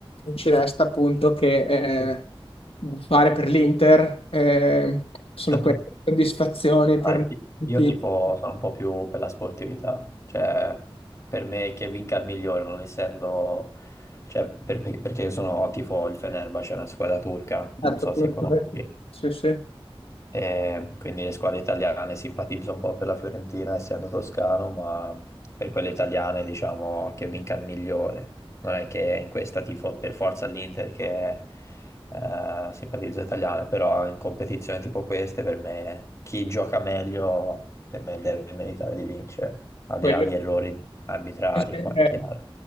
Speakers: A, on the left; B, on the left.
A: ci resta appunto che eh, fare per l'Inter, eh, sono
B: <laughs>
A: queste soddisfazioni
B: Ah,
A: per
B: i-
A: tutti.
B: Io tipo sono un po' più per la sportività, cioè per me che vinca il migliore, non essendo, cioè per- per- perché sono tipo il Fenerbahce, è una squadra turca,
A: Certo,
B: non so
A: come-
B: se conosci.
A: sì, sì.
B: Eh, quindi le squadre italiane simpatizzo un po' per la Fiorentina, essendo toscano, ma per quelle italiane diciamo che vinca il migliore. Non è che in questa tifo per forza l'Inter che eh, simpatizzo italiane, però in competizioni tipo queste per me chi gioca meglio per me deve meritare di vincere, al di
A: Quello
B: là di errori arbitrari,
A: è
B: qua è chiaro.